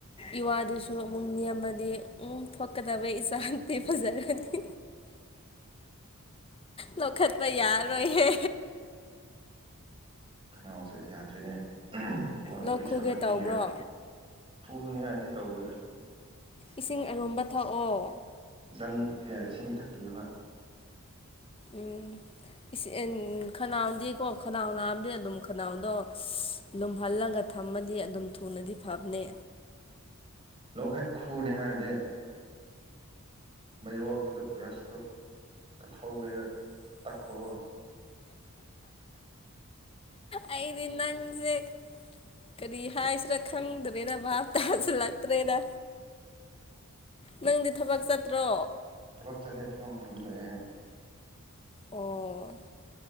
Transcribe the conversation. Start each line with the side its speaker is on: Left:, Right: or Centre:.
Left: ꯏꯋꯥꯗꯨꯁꯨ ꯑꯃꯨꯛ ꯅꯦꯝꯃꯗꯤ ꯎꯝ ꯊꯣꯛꯀꯗꯕ ꯏꯆꯥꯗꯨꯗꯤ ꯐꯖꯔꯅꯤ
Right: <inaudible>
Left: ꯂꯧꯈꯠꯄ ꯌꯥꯔꯔꯣꯏꯍꯦ
Right: ꯈꯅꯥꯎꯁꯦ ꯌꯥꯗ꯭ꯔꯦꯅꯦ ꯐꯣꯟ
Left: ꯂꯣꯛ
Right: ꯋꯥꯔꯤ
Left: ꯈꯨꯒꯦ
Right: ꯁꯥꯃꯟꯕꯒꯤꯔ
Left: ꯇꯧꯕ꯭ꯔꯣ
Right: ꯐꯨꯕꯅꯤ ꯍꯥꯏꯗꯤ ꯇꯧꯔꯦꯔ
Left: ꯏꯁꯤꯡ ꯑꯔꯨꯝꯕ ꯊꯛꯑꯣ
Right: ꯖꯪ ꯌꯥꯏ ꯏꯁꯤꯡ ꯊꯛꯄꯤꯌꯣ ꯍꯥꯏ
Left: ꯎꯝ ꯏꯁ ꯏꯟ ꯈꯅꯥꯎꯗꯤꯀꯣ ꯈꯅꯥꯎ ꯅꯥꯕꯗꯦ ꯑꯗꯨꯝ ꯈꯅꯥꯎꯗꯣ ꯂꯨꯝꯍꯜꯂꯒ ꯊꯝꯃꯗꯤ ꯑꯗꯨꯝ ꯊꯨꯅꯗꯤ ꯐꯕꯅꯦ
Right: ꯂꯣꯛ ꯍꯦꯛ ꯈꯨꯅꯤ ꯍꯥꯏꯔꯗ ꯃꯩꯔꯣꯛꯇꯨꯗ ꯕ꯭ꯔꯁꯇꯣ ꯀꯠꯊꯧꯒꯩꯔ ꯇꯛꯄꯒꯣ <inaudible>
Left: ꯑꯩꯗꯤ ꯅꯪꯖꯦ ꯀꯔꯤ ꯍꯥꯏꯁꯤꯔꯥ ꯈꯪꯗ꯭ꯔꯦꯗ ꯚꯥꯞ ꯇꯥꯁꯤꯜꯂꯛꯇ꯭ꯔꯦꯗ ꯅꯪꯗꯤ ꯊꯕꯛ ꯆꯠꯇ꯭ꯔꯣ
Right: ꯊꯕꯛ ꯆꯠꯂꯦ ꯊꯕꯛ ꯃꯐꯝꯗ ꯂꯩꯌ‌ꯦ
Left: ꯑꯣ